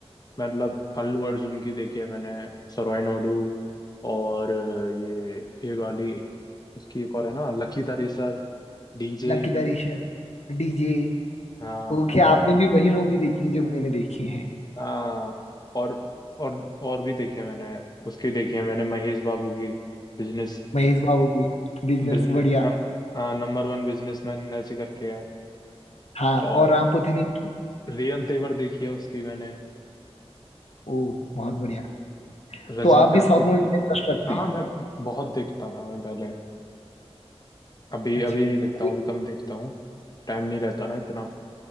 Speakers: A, on the left; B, on the left.
A: मतलब अल्लू अर्जुन की देखी है मैंने सरोय नोडू और ये ये वाली उसकी एक और है ना लकी द रेसर डीजे
B: Lucky the Racer DJ
A: हाँ
B: Okay
A: और
B: आपने भी वही मूवी देखी है जो मैंने देखी है
A: हाँ और और और भी देखी है मैंने उसकी देखी है मैंने महेश बाबू की बिजनेस
B: महेश बाबू की बिजनेस
A: बिजनेस
B: बढ़िया
A: नम, हाँ, नंबर वन बिजनेसमैन ऐसी करके है
B: हाँ
A: और
B: और राम पोथीनियम की
A: रियल तेवर देखी है उसकी मैंने
B: ओ बहुत बढ़िया
A: रजनीकांत
B: तो आप भी साउथ
A: की तो
B: मूवी
A: देखी
B: में इंटरेस्ट रखते
A: हाँ
B: हैं
A: मैं बहुत देखता था मैं पहले अभी
B: अच्छा
A: अभी नहीं देखता
B: कोई
A: हूँ अभी कम देखता हूँ टाइम नहीं रहता ना इतना